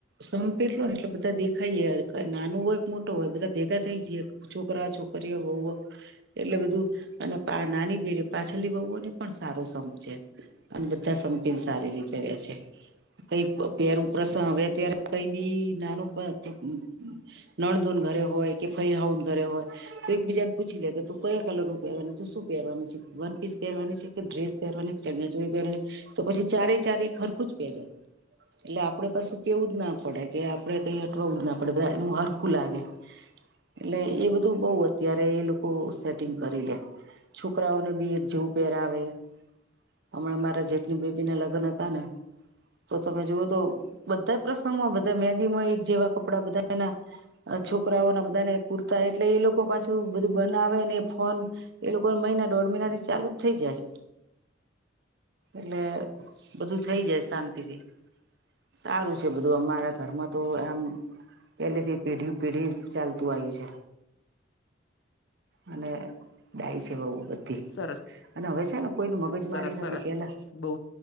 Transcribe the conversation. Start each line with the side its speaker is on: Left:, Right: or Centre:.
Right: સંપેર એટલો ને એટલે બધા દેખાયએ યાર કઈ નાનું હોય કે મોટું હોય બધા ભેગા થઈ જીએ. છોકરા છોકરીઓ વહુઓ એટલે બધું અને નાની પિઢી પાછ નાલ્લી બહુઓને પણ સારું સંમજે અને બધા સંપીને સારી રીતે રે છે. કઈ પેરું પ્રસન હવે અત્યારે કઈ બી નાનું <inaudible> નણધુન ઘરે હોય કે ફઈ હાહુને ઘરે હોય. તો એક બીજાને પૂછી લે કે તું કયા કલરનું પહેરવાનું તું શું પહેરવાની છે. વન પીસ પહેરવાની છે કે ડ્રેસ પહેરવાની ચણિયા ચોળી પહેરવાની તો પછી ચારેય ચારે એક હરખું જ પહેરે. એટલે આપડે કશું કેવું જ ના પડે કે આપડે કઈ અટવાવું જ ના પડે બધા એનું હરખું લાગે. એટલે એ બધું બઉ અત્યારે એ લોકો સેટિંગ કરી લે, છોકરાઓને બી એક જેવું પહેરાવે, હમણાં મારા જેઠની બેબી ના લગ્ન હતા ને તો તમે જુઓ તો બધાય પ્રસંગોમાં બધા મેદી માં એક જેવા કપડા બધાયના. અહ છોકરાઓ ના બધાના કુર્તા એટલે એ લોકો પાછું બધું બનાવે ને એ ફોન એ લોકો મહિના દોઢ મહિના થી ચાલુ જ થઈ જાય. એટલે બધું થઈ જાય શાંતિથી. સારું છે બધું અમારા ઘરમાં તો આમ. પેલેથી પેઢી પેઢી ચાલતું આવ્યું છે. અને ડાઈ છે વહુઓ બધી.
Left: સરસ
Right: અને હવે છે ને કોઈને મગજ
Left: સરસ
Right: મારી
Left: સરસ
Right: નથી પેલા
Left: બહુ